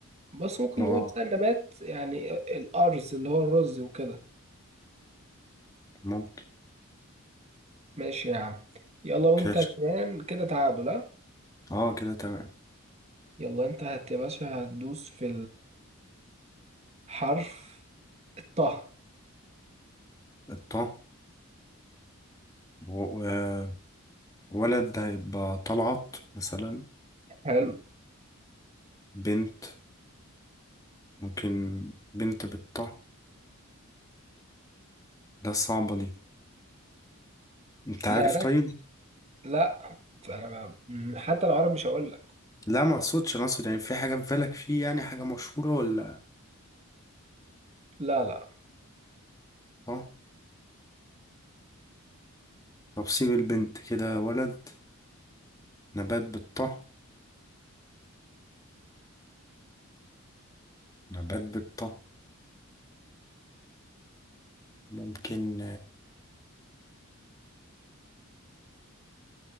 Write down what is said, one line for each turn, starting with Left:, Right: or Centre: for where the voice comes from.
Right: بس ممكن
Left: لغة
Right: نقول بقى النبات يعني الارز اللي هو الرز وكده
Left: ممكن
Right: ماشي يا عم يلا وانت
Left: كده ش-
Right: كمان كده تعادل ها
Left: أه كده تمام
Right: يلا انت هت يا باشا هتدوس في الحرف الطه
Left: الطه و- و- ولد ده هيبقى طلعت مثلا
Right: حلو
Left: بنت ممكن بنت بالطه ده صعبة دي أنت
Right: لا
Left: عارف
Right: رك...
Left: طيب؟
Right: لا انا ب- م- حتى لو عربي مش هقول لك
Left: لا ما أقصدش أنا أقصد يعني في حاجة في بالك فيه يعني حاجة مشهورة ولا
Right: لا لا
Left: أه طب سيب البنت كده ولد نبات بالطه نبات بالطه ممكن